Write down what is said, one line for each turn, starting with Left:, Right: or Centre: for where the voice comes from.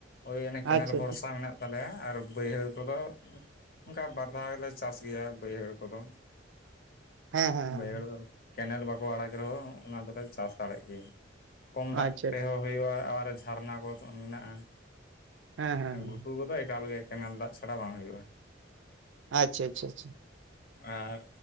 Left: ᱳᱭ ᱚᱱᱮ ᱠᱮᱱᱮᱞ
Right: ᱟᱪᱪᱷᱟ
Left: ᱵᱷᱚᱨᱥᱟ
Right: ᱟᱪᱪᱷᱟ
Left: ᱢᱮᱱᱟᱜ ᱛᱟᱞᱮᱭᱟ, ᱟᱨ ᱵᱟᱹᱭᱦᱟᱹᱲ ᱠᱚᱫᱚ ᱚᱱᱠᱟ ᱵᱟᱨ ᱫᱷᱟᱣ ᱜᱮᱞᱮ ᱪᱟᱥ ᱜᱮᱭᱟ ᱵᱟᱹᱭᱦᱟᱹᱲ ᱠᱚᱫᱚ᱾
Right: ᱦᱮᱸ ᱦᱮᱸ ᱦᱮᱸ
Left: ᱵᱟᱹᱭᱦᱟᱹᱲ ᱫᱚ ᱠᱮᱱᱮᱞ ᱵᱟᱠᱚ ᱟᱲᱟᱜᱚ ᱨᱮᱦᱚᱸ ᱚᱱᱟ ᱫᱚᱞᱮ ᱪᱟᱥ ᱫᱟᱲᱮᱜ ᱜᱮᱭᱟ᱾ ᱠᱚᱢ ᱫᱟᱜ
Right: ᱟᱪᱪᱷᱟ
Left: ᱛᱮᱦᱚᱸ
Right: ᱟᱪᱪᱷᱟ
Left: ᱦᱳᱭᱳᱜ-ᱟ ᱟᱵᱟᱨ ᱡᱷᱟᱨᱱᱟ ᱠᱚᱫᱟ ᱢᱮᱱᱟᱜ-ᱟ᱾
Right: ᱦᱮᱸ ᱦᱮᱸ
Left: ᱟᱨ
Right: ᱦᱮᱸ
Left: ᱜᱷᱩᱴᱩ ᱠᱚᱫᱚ ᱮᱠᱟᱞᱜᱮ ᱠᱮᱱᱮᱞ ᱫᱟᱜ ᱪᱷᱟᱲᱟ ᱵᱟᱝ ᱦᱩᱭᱩᱜ-ᱟ᱾
Right: ᱟᱪᱪᱷᱟ ᱟᱪᱪᱷᱟ ᱟᱪᱪᱷᱟ᱾
Left: ᱟᱜ